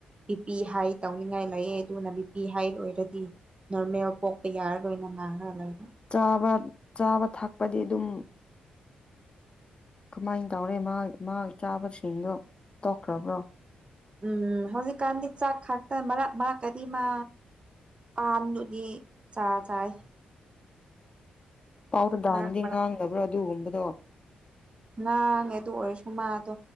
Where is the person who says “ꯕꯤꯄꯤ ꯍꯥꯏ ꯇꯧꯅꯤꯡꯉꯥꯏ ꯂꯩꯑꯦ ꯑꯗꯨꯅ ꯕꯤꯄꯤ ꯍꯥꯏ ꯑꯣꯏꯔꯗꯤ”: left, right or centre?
Right